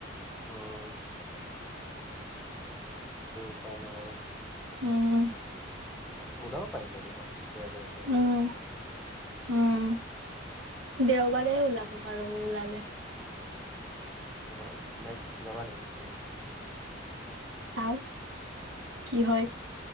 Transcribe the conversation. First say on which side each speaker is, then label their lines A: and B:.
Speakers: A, in the centre; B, on the right.
A: অহ উপায় নাই আৰু
B: উম
A: ওলাব পাৰিলে লেববাৰ দেওবাৰে চেওবাৰে
B: উম, উম দেওবাৰে ওলাব পাৰো ওলালে।
A: অ নেক্সট যাবা নেকি এদিন
B: চাও কি হয়?